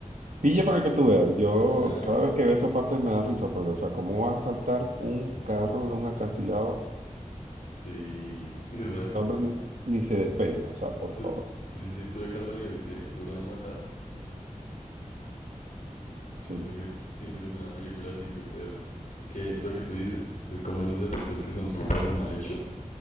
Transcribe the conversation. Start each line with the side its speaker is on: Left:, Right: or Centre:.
Right: pilla para que tú veas. Yo
Left: Ajá,
Right: cada vez que veo esa parte me da risa, porque, o sea, ¿cómo va a saltar un carro de un acantilado?
Left: sí, exacto.
Right: El hombre ni, ni se despeina, o sea, por
Left: Tú-
Right: favor.
Left: sí, sí, sí, tú de casualidad viste Duro de Matar. Siento
Right: Sí,
Left: que es, siento que es una película así súper, que lo que tú dices, es como esos efectos que son súper mal hechos,